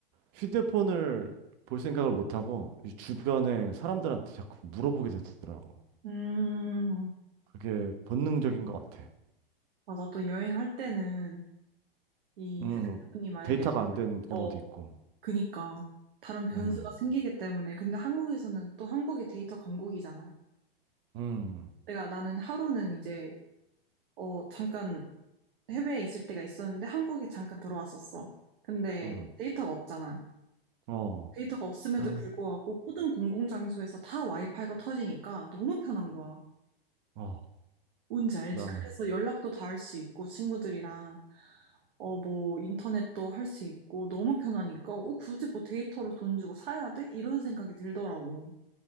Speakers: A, on the right; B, on the right.
A: 휴대폰을 볼 생각을 못 하고 이 주변에 사람들한테 자꾸 물어보게 되더라고.
B: 음,
A: 그게 본능적인 것 같아.
B: 맞아. 또 여행할 때는 이
A: 음
B: 휴대폰이 만약에,
A: 데이터가 안 되는 경우도
B: 어,
A: 있고.
B: 그니까. 다른 변수가
A: 음
B: 생기기 때문에. 근데 한국에서는 또 한국이 데이터 강국이잖아.
A: 음
B: 내가 나는 하루는 이제, 어, 잠깐 해외에 있을 때가 있었는데 한국에 잠깐 들어왔었어. 근데
A: 음
B: 데이터가 없잖아.
A: 어
B: 데이터가 없음에도
A: 어
B: 불구하고 모든 공공장소에서 다 와이파이가 터지니까 너무 편한 거야.
A: 어
B: 뭔지 알지?
A: 나
B: 그래서 연락도 다 할 수 있고, 친구들이랑, 어, 뭐, 인터넷도 할 수 있고, 너무 편하니까, 어, 굳이 뭐 데이터를 돈 주고 사야 돼? 이런 생각이 들더라고.